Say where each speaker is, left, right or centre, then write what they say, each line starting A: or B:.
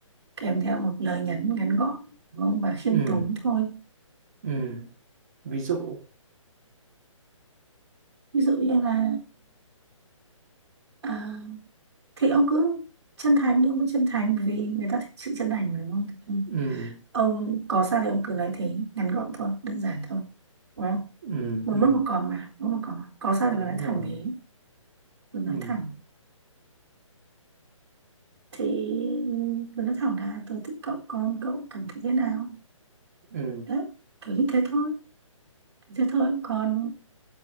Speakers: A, on the right; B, on the right.
A: kèm theo một lời nhắn ngắn gọn đúng không? và khiêm
B: Ừ.
A: tốn thôi
B: Ừ. Ví dụ
A: ví dụ như là à, thì ông cứ chân thành nhưng vẫn chân thành vì người ta thích sự chân thành mà đúng không Ừ.
B: ừ.
A: ông có sao thì ông cứ nói thế ngắn gọn thôi đơn giản thôi đúng không?
B: ừ
A: một
B: ừ
A: mất một còn mà một mất một còn mà. có sao
B: đúng
A: thì cứ nói
B: rồi
A: thẳng thế cứ nói
B: ừ
A: thẳng thì tôi nói thẳng là tôi thích cậu con cậu cảm thấy thế nào
B: ừ
A: đấy kiểu như thế thôi thế thôi còn